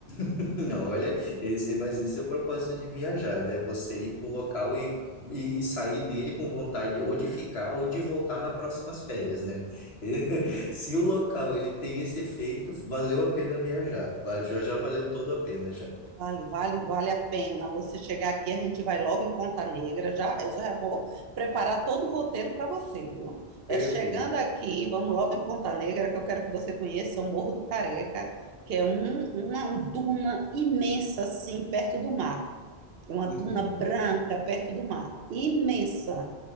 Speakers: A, on the left; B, on the right.
A: <laughs> Não, olha, esse, mas esse é o propósito de viajar, né? Você ir para um local e, e sair dele com vontade ou de ficar ou de voltar nas próximas férias, né? <laughs> Se o local ele tem esse efeito, valeu a pena viajar. Va- Já, já valeu todo a pena já.
B: Vale, vale, vale a pena. Você chegar aqui, a gente vai logo em Ponta Negra. Já, eu já vou preparar todo o roteiro para você, viu?
A: Perfeito.
B: É chegando aqui, vamos logo em Ponta Negra, que eu quero que você conheça o Morro do Careca, que é um- uma duna imensa, assim, perto do mar. É uma
A: Uhum.
B: duna branca perto do mar. Imensa.